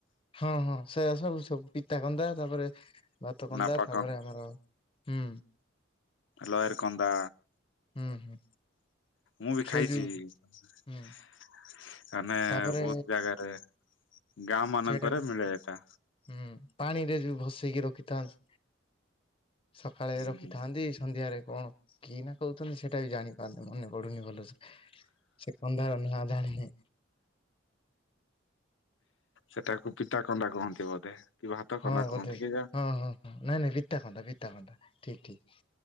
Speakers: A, on the left; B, on the left.
A: ହଁ ହଁ ସେଇଆ ସବୁ ସବୁ। ପିତାକନ୍ଦା ତାପରେ ଭାତ କନ୍ଦା
B: ନାପା
A: ତାପରେ ଆମର ହୁଁ।
B: ଲୟର କନ୍ଦା।
A: ହୁଁ ହୁଁ
B: ମୁଁ ବି
A: ସେ
B: ଖାଇଛି।
A: ଯୋଉ
B: ମାନେ
A: ହୁଁ ତାପରେ
B: ବହୁତ ଜାଗାରେ ଗାଁ ମାନଙ୍କରେ
A: ସେଇଟାକୁ
B: ମିଳେ ଏଟା
A: ହୁଁ ପାଣିରେ ବି ଭସେଇକି ରଖିଥାନ୍ତି ସକାଳେ
B: ହୁଁ
A: ରଖିଥାନ୍ତି ସନ୍ଧ୍ୟାରେ କଣ କି ନା କହୁଛନ୍ତି ସେଇଟା ବି ଜାଣିପାରନ୍ତି ମନେ ପଡୁନି ଭଲସ ସେ କନ୍ଦାର ନା ଜାଣିନି
B: ସେଟାକୁ ପିତା କନ୍ଧା କୁହନ୍ତି ବୋଧେ କି ଭାତ
A: ହଁ
B: କନ୍ଦା କହନ୍ତି
A: ବୋଧେ
B: କେଜାଣି।
A: ହଁ ହଁ ହଁ ନାଇଁ ନାଇଁ ବିତା ଖନ୍ଦା ବିତା ଖନ୍ଦତା ଠିକ ଠିକ